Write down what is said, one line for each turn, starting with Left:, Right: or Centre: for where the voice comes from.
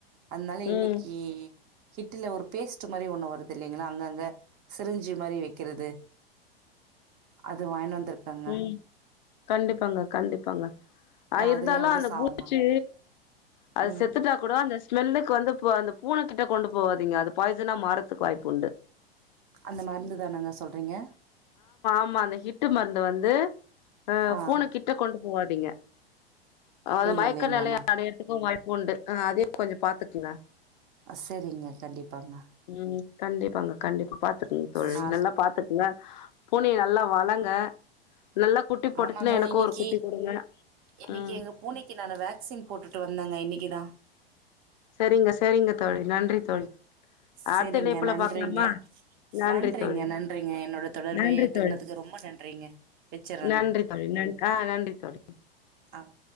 Right: அத்னால இன்னி
Left: ம்
Right: க்கி ஹிட்டுல ஒரு பேஸ்ட்டு மாறி ஒண்ணு வருது இல்லைங்ளா அங்கங்க சிரிஞ்சி மாறி வெக்கிறது அது வாங்கிட்வந்
Left: ம்
Right: <unintelligible>
Left: கண்டிப்பாங்க கண்டிப்பாங்க அது
Right: அதுலயாவது
Left: இருந்தாலு அந்த
Right: சாவுமா
Left: பூச்சி அது
Right: ம்
Left: செத்துட்டா கூட அந்த ஸ்மெல்லுக்கு வந்து பூ அந்த பூன கிட்ட கொண்டு போவாதீங்க அது பாய்சனா மாறத்துக்கு வாய்ப்புண்டு
Right: அந்த மருந்து தானேங்க சொல்றீங்க
Left: ம்மா அந்த ஹிட்டு மருந் வந்து ஆஹ்
Right: ஆ
Left: பூன கிட்ட கொண்டு போவாதீங்க அது
Right: இல்ல
Left: மயக்க
Right: இல்லைங்கண்ணா
Left: நெலைய அடையருத்துக்கு வாய் உண்டு ஆஹ் அதயு கொஞ்சோ பாத்துக்குங்க
Right: செரிங்க கண்டிப்பாங்க
Left: ம் கண்டிப்பாங்க கண்டிப்பா பாத்துக்கங்க தோழி
Right: நா
Left: நல்லா பாத்துக்கங்க பூனைய நல்லா வளங்க நல்லா குட்டி போட்டுச்சுன்னா
Right: ஆமாங்க
Left: எனக்கு
Right: இன்னிக்கு
Left: ஒரு குட்டி குடுங்க
Right: இன்னிக்கு
Left: ம்
Right: எங்க பூனைக்கு நானு வேக்சின் போட்டுட்டு வந்தேங்க இன்னைக்குதா
Left: சரிங்க சரிங்க தோழி நன்றி தோழி
Right: செரிங்க
Left: அடுத்த இணைப்புல
Right: நன்றிங்க
Left: பாக்கலாமா நன்றி
Right: நன்றிங்க
Left: தோழி
Right: நன்றிங்க என்னோட தொடர்ப
Left: நன்றி
Right: ஏத்துக்கனதுக்கு
Left: தோழி
Right: ரொம்ப நன்றிங்க வெச்சேறேங்க
Left: நன்றி தோழி நன் ஆ நன்றி தோழி
Right: ஆஹ்